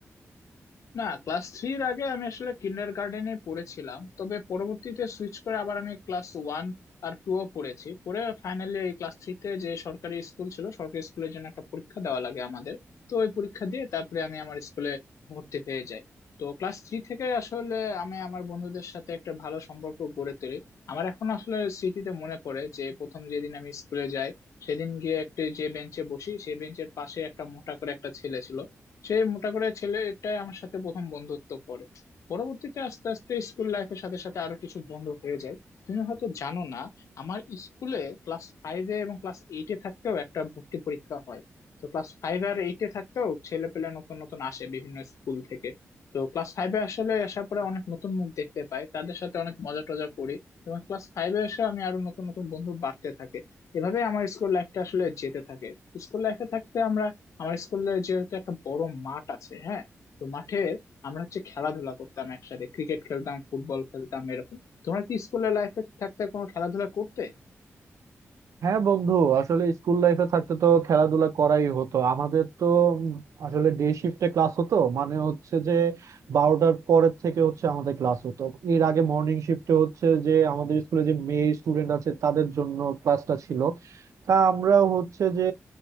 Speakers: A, on the left; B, on the right.
A: না ক্লাস থ্রির আগে আমি আসলে কিন্ডার গার্ডেনে পড়েছিলাম তবে পরবর্তীতে সুইচ করে আবার আমি ক্লাস ওয়ান আর টু ও পড়েছি পরে ফাইনালি এই ক্লাস থ্রিতে যে সরকারি স্কুল ছিল সরকারি স্কুলের জন্য একটা পরীক্ষা দেওয়া লাগে আমাদের তো ওই পরীক্ষা দিয়ে তারপরে আমি আমার স্কুলে ভর্তি হয়ে যাই তো ক্লাস থ্রি থেকে আসলে আমি আমার বন্ধুদের সাথে একটা ভালো সম্পর্ক গড়ে তুলি আমার এখন আসলে স্মৃতিতে মনে পড়ে যে প্রথম যেদিন আমি স্কুলে যাই সেদিন গিয়ে একটা যে বেঞ্চে বসি সেই বেঞ্চের পাশে একটা মোটা করে একটা ছেলে ছিল সে মোটা করে ছেলেটাই আমার সাথে প্রথম বন্ধুত্ব করে পরবর্তীতে আস্তে আস্তে স্কুল লাইফের সাথে সাথে আরো কিছু বন্ধু হয়ে যায় তুমি হয়তো জানো না আমার স্কুলে ক্লাস ফাইভে এবং ক্লাস এইটে থাকতেও একটা ভর্তি পরীক্ষা হয় তো ক্লাস ফাইভ আর এইটে থাকতেও ছেলে পেলে নতুন নতুন আসে বিভিন্ন স্কুল থেকে তো ক্লাস ফাইভে আসলে আসার পরে অনেক নতুন মুখ দেখতে পাই তাদের সাথে অনেক মজা টজা করি এবং ক্লাস ফাইভে এসে আমি আরো নতুন নতুন বন্ধু বাড়তে থাকে এভাবে আমার স্কুল লাইফটা আসলে যেতে থাকে স্কুল লাইফে থাকতে আমরা আমার স্কুলে যেহেতু একটা বড় মাঠ আছে হ্যাঁ তো মাঠে আমরা হচ্ছে খেলাধুলা করতাম একসাথে ক্রিকেট খেলতাম ফুটবল খেলতাম এরকম তোমরা কি স্কুলের লাইফে থাকতে কোনো খেলাধুলা করতে
B: হ্যাঁ বন্ধু আসলে স্কুল লাইফে থাকতে তো খেলাধুলা করাই হতো আমাদের তো উম আসলে ডে শিফটে ক্লাস হতো মানে হচ্ছে যে বারোটার পরের থেকে হচ্ছে আমাদের ক্লাস হতো এর আগে মর্নিং শিফটে হচ্ছে যে আমাদের স্কুলে যে মেয়ে স্টুডেন্ট আছে তাদের জন্য ক্লাসটা ছিল তা আমরা হচ্ছে যে